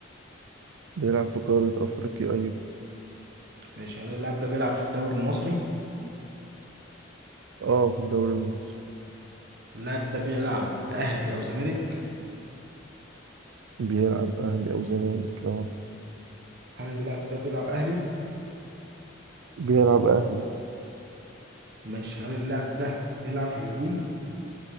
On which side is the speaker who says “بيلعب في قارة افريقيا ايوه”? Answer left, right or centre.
Right